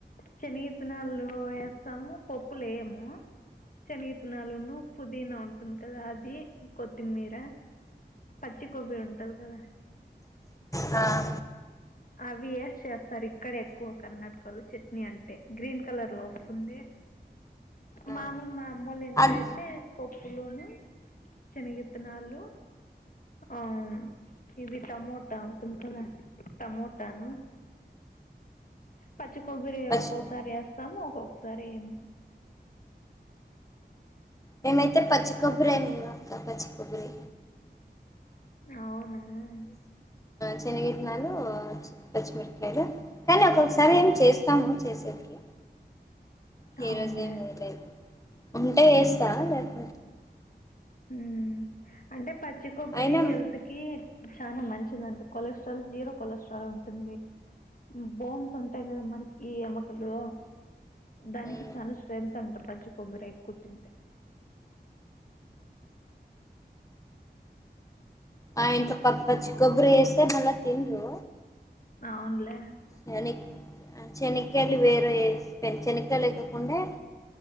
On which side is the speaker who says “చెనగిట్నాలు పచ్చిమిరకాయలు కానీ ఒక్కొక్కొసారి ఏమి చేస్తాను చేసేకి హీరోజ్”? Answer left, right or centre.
Left